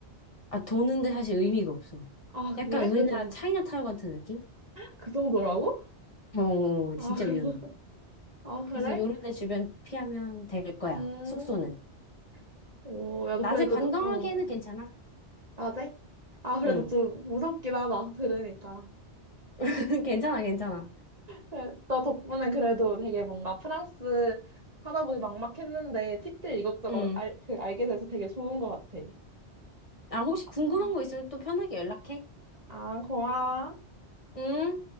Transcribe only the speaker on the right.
아,
그래?
그 정도,
그 정도라고?
아,
그럼,
아,
그래?
음.
오, 야, 그래도,
너- 응,
낮에? 아, 그래도
좀 무섭긴 하다, 들으니까.
그래, 너 덕분에 그래도 되게 뭔가 프랑스 하다보기 막막했는데 팁들 이것저것
알, 그, 알게 돼서 되게 좋은 것 같아.
응.
아, 고마워.